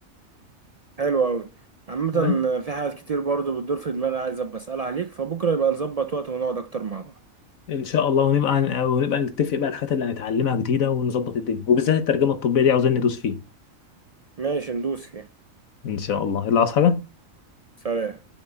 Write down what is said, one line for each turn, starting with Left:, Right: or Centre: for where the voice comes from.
Right: حلو أوي عامة
Left: تمام؟
Right: في حاجات كتير برضو بتدور في دماغي عايز أبقى أسألها عليك فبكرة يبقى نظبط وقت ونقعد أكتر مع بعض
Left: ان شاء الله ونبقى ونبقى نتفق بقى الحاجات اللي هنتعلمها جديده ونظبط الدنيا وبالذات الترجمه الطبيه دي عاوزين ندوس فيه
Right: ماشي ندوس كده
Left: ان شاء الله يلا عاوز حاجه
Right: سلام